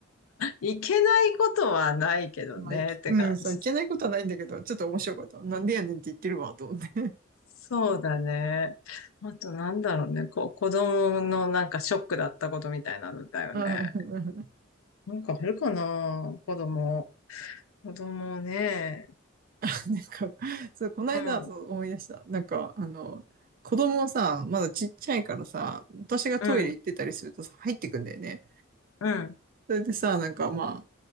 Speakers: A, on the left; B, on the right.
A: いけないことはないけどね、
B: まあ、いきうん、
A: って感じ。
B: そう、いけないことはないんだけど、ちょっと面白かった。なんでやねんって言ってるわ、と思って。
A: そうだね。あとなんだろうね、こう、子供のなんかショックだったことみたいなのだよね。
B: <laughs> うん
A: なんかあるかな、子供。子供ね。
B: <laughs> なんか、そう、この間、
A: うん、
B: そう思い出した。なんか、あの、子供さ、まだちっちゃいからさ、私がトイレ行ってたりするとさ、
A: うん、
B: 入ってくんだよね。
A: うん、
B: それでさ、なんかま